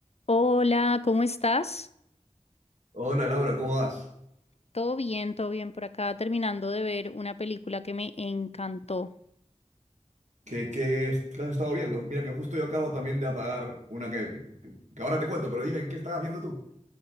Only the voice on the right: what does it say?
Hola Laura, ¿cómo vas?
¿Qué, qué es- qué has estado viendo? Mira que justo yo acabo también de apagar una que, que- que ahora te cuento, pero dime, ¿qué estabas viendo tú?